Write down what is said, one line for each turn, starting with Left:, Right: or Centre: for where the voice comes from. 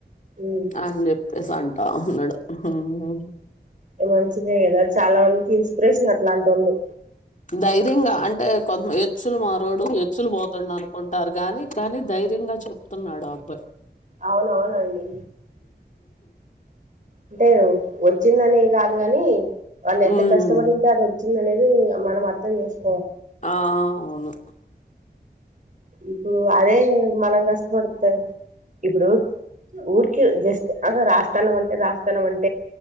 Right: ఉమ్
Left: అని చెప్ ఫల్స్ అంటా ఉన్నాడు ఉహూ హు
Right: మంచిదే కదా చాలా మందికి ఇన్స్పిరేషన్ అట్లాంటోళ్లు
Left: ధైర్యంగా అంటే కొంత హెచ్చులు మారోడు హెచ్చులు పోతుడు అనుకుంటారు గాని కానీ ధైర్యంగా చె తున్నాడు ఆ అబ్బాయి
Right: అవునవునండి అంటే వచ్చిందని కాదు కాని వాళ్ళు ఎంత
Left: ఉమ్
Right: కష్టపడింటే అది వచ్చింది అనేది మనం అర్థం చేసుం
Left: ఆ అవును
Right: ఇప్పుడు అదే మనం గుడితే ఇప్పుడు ఊరికే జస్ట్ ఆహా రాస్తాన అంటే రాస్తానంటే